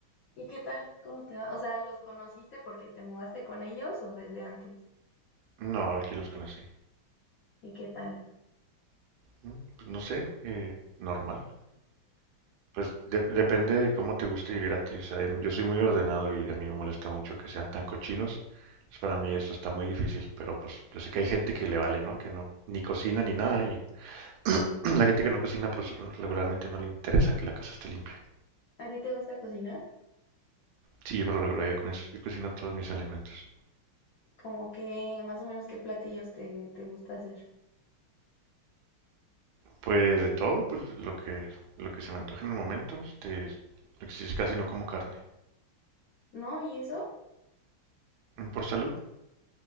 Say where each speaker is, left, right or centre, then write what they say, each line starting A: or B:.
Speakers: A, on the left; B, on the right.
A: ¿Y qué tal? ¿Cómo te va? O sea, ¿los conociste porque te mudaste con ellos o desde antes?
B: No, aquí los conocí.
A: ¿Y qué tal?
B: Mm, Pues no sé, eh, normal. Pues de- depende de cómo te guste vivir a ti. O sea, yo soy muy ordenado y a mí me molesta mucho que sean tan cochinos. Entonces, para mí eso está muy difícil, pero pues yo sé que hay gente que le vale, ¿no? Que no, ni cocina ni nada. Y <clears throat> la gente que no cocina, pues regularmente no le interesa que la casa esté limpia.
A: ¿A ti te gusta cocinar?
B: Sí, yo por lo regular yo con eso. Yo cocino todos mis alimentos.
A: Como que más o menos qué platillos te, te gusta hacer.
B: Pues de todo, pues lo que, lo que se me antoje en el momento. Este, lo que sí es casi no como carne.
A: ¿No? ¿Y eso?
B: ¿Por salud?